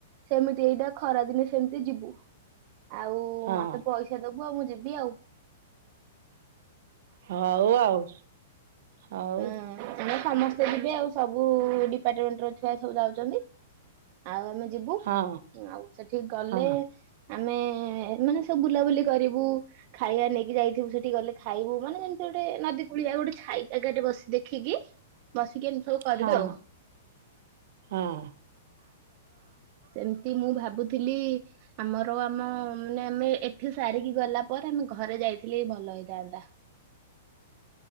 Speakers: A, on the right; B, on the right.
A: ସେମିତି ଏଇଟା ଖରା ଦିନେ ସେମିତି ଯିବ। ହ। ଆଉ
B: ହଁ ହଁ
A: ମତେ ପଇସା ଦବୁ ଆଉ ମୁଁ ଯିବି ଆଉ।
B: ହଉ ଆଉ। ହଉ।
A: ଉଁ ଆମେ ସମସ୍ତେ ଯିବେ ଆଉ ସବୁ ଡିପାର୍ଟମେଣ୍ଟ ର ଛୁଆ ସବୁ ଯାଉଛନ୍ତି। ଆଉ ଆମେ ଯିବୁ
B: ହଁ
A: ଆଉ ସେଠିକ ଗଲେ।
B: ହଁ
A: ଆମେ ମାନେ ସବୁ ବୁଲାବୁଲି କରିବୁ। ଖାଇବା ନେଇକି ଯାଇଥିବୁ ସେଠି ଗଲେ। ଖାଇବୁ ମାନେ ଯେମିତି ଗୋଟେ ନଦୀ କୁଳିଆ ଗୋଟେ ଖାଇ। ଜାଗାଟେ ବସି ଦେଖିକି ବସିକି ଏମିତି ସବୁ କରିବେ
B: ହଁ
A: ଆଉ
B: ହଁ।
A: ସେମିତି ମୁଁ ଭାବୁଥିଲି ଆମର ଆମ ମାନେ ଆମେ ଏଠି ସାରିକି ଗଲା ପରେ ଆମେ ଘରେ ଯାଇଥିଲେ ଭଲ ହେଇଥାନ୍ତା।